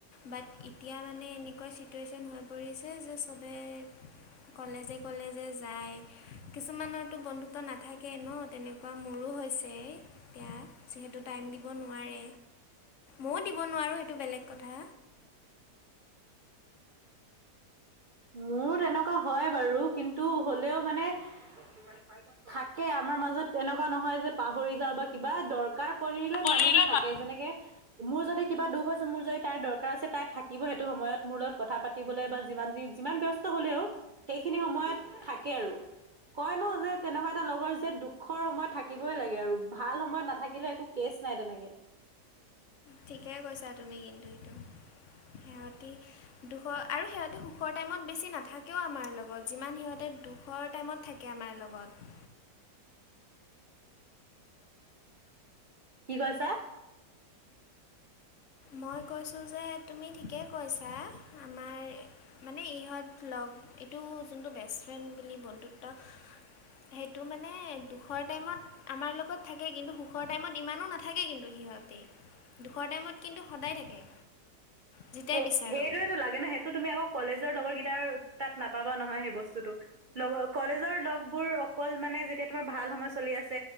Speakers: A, on the left; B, on the right.
A: বাট এতিয়া মানে এনেকুৱা চিটুৱেশ্যন হৈ পৰিছে যে চবে কলেজে কলেজে যায় কিছুমানত তো বন্ধুত্ব নাথাকে ন তেনেকুৱা মোৰো হৈছে এতিয়া যিহেতু টাইম দিব নোৱাৰে ময়ো দিব নোৱাৰো সেইটো বেলেগ কথা
B: মোৰ তেনেকুৱা হয় বাৰু কিন্তু হ'লেও মানে থাকে আমাৰ মাজত তেনেকুৱা নহয় যে পাহৰি যাওঁ বা কিবা দৰকাৰ পৰিলে
A: কৰিলে
B: মানুহতো থাকে
A: মা
B: যেনেকে মোৰ যদি কিবা দুখ আছে মোৰ যদি তাইৰ দৰকাৰ আছে তাই থাকিব সেইটো সময়ত মোৰ লগত কথা পাতিবলৈ বা যিমান যি যিমান ব্যস্ত হলেও সেইখিনি সময়ত থাকে আৰু কয় ন যে তেনেকুৱা এটা লগৰ যে দুখৰ সময় থাকিবই লাগে আৰু ভাল সময়ত নাথাকিলে একো কেচ নাই তেনেকে
A: ঠিকেই কৈছা তুমি কিন্তু সেইটো সিহঁতি দুশ আৰু সিহঁতি সুখৰ টাইমত বেছি নাথাকেও আমাৰ লগত যিমান সিহঁতে দুখৰ টাইমত থাকে আমাৰ লগত
B: কি কৈছা
A: মই কৈছোঁ যে তুমি ঠিকেই কৈছা আমাৰ মানে ইহঁত লগ এইটো যোনটো বেষ্ট ফ্ৰেণ্ড বুলি বন্ধুত্ব সেইটো মানে দুখৰ টাইমত। আমাৰ লগত থাকে কিন্তু সুখৰ টাইমত ইমানো নাথাকে কিন্তু। সিহঁতে দুখৰ টাইমত কিন্তু সদায় থাকে যেতিয়াই
B: সেই
A: বিচাৰোঁ।
B: সেইটোৱেতো লাগে নে সেইটো তুমি আকৌ কলেজৰ লগৰ কেইটাৰ। তাত নাপাবা নহয় সেই বস্তুতো লগ কলেজৰ লগবোৰ অকল মানে যেতিয়া। তোমাৰ ভাল সময় চলি আছে